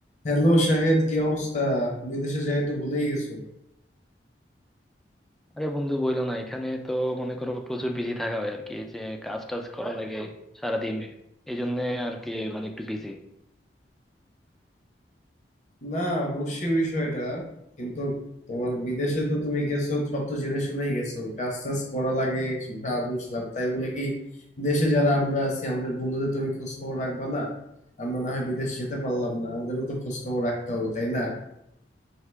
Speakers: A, on the left; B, in the centre.
A: Hello Shahed কি অবস্থা বিদেশে যাই তো ভুলেই গেছো
B: আরে বন্ধু বইলো না এখানে তো মনে করো প্রচুর বিজি থাকা হয় আর কি এই যে কাজ টাজ করা লাগে সারাদিন এই জন্য আর কি মানে একটু বিজি
A: না বুঝছি বিষয়টা কিন্তু তোমার বিদেশে তো তুমি গেছো সব তো জেনে শুনেই গেছো কাজ টাজ করা লাগে হ্যাঁ বুঝলাম তাই বলে কি দেশে যারা আমরা আছি আমাদের বন্ধুদের তুমি খোঁজ খবর রাখবা না আমরা না হয় বিদেশ যেতে পারলাম না আমাদেরও তো খোঁজ খবর রাখতে হবে তাই না